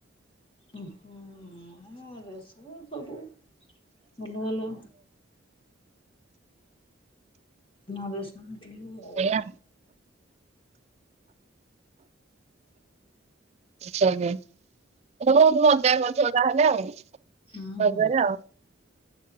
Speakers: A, on the left; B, on the right.
A: ଉଁ- ହୁଁ ନୂଆ ଡ୍ରେସ୍ ତ ସବୁ ଭଲ ଭଲ। ନୂଆ ଡ୍ରେସ୍ ଆଣିଥିଲୁ ଆଉ।
B: ଏଇଆ ବହୁତ୍ ମଜା କରିଥିବ ତାହେଲେ ଆଉ
A: ହୁଁ
B: ରଜରେ
A: ହୁଁ।
B: ଆଉ।